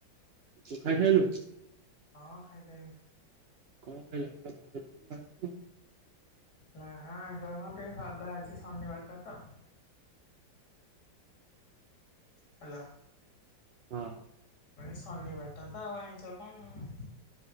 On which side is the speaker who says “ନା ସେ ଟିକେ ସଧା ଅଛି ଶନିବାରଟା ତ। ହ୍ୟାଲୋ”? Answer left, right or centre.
Left